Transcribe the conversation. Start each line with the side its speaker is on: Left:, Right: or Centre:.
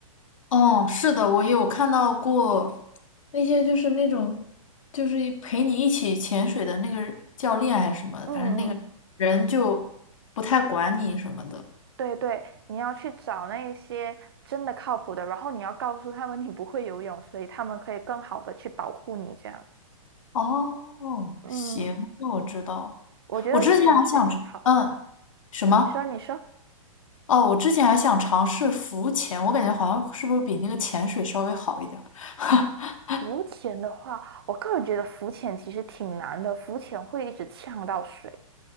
Left: 哦，是的，我有看到过那些就是那种就是一陪你一起潜水的那个教练还是什么的，
Right: 嗯嗯。
Left: 反正那个人就不太管你什么的。
Right: 对对，你要去找那一些真的靠谱的，然后你要告诉他们你不会游泳，所以他们可以更好的去保护你。这样，
Left: 哦，
Right: 嗯，
Left: 行，那我知道。
Right: 我觉得潜水挺好。
Left: 我之前还想吃嗯，什么？
Right: 你说，你说，
Left: 哦，我之前还想尝试浮潜，我感觉好像是不是比那个潜水稍微好一点儿？<laughs>
Right: 浮潜的话，我个人觉得浮潜其实挺难的，浮潜会一直呛到水。